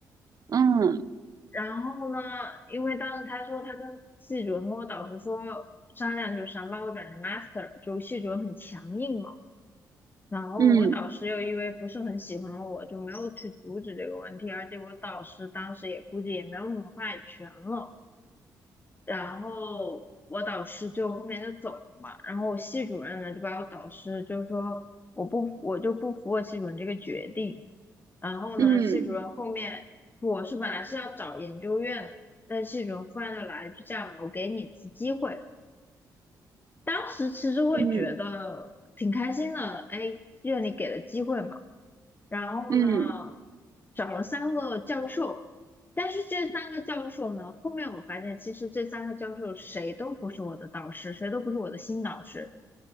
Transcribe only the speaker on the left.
然后呢，因为当时他说他跟系主任跟我导师说商量，就是想把我转成 master，就系主任很强硬嘛。然后我导师又因为不是很喜欢我，
就没有去阻止这个问题，而且我导师当时也估计也没有什么话语权了。然后我导师就后面就走了嘛，然后我系主任呢就把我导师就说我不我就不服我系主任这个决定，然后呢系主任后面我是本来是要找研究院的，
但系主任忽然就来一句这样吧，我给你一次机会，当时其实会觉得挺开心的，
哎，院里给了机会嘛。然后呢，
找了三个教授，但是这三个教授呢，后面我发现其实这三个教授谁都不是我的导师，谁都不是我的新导师，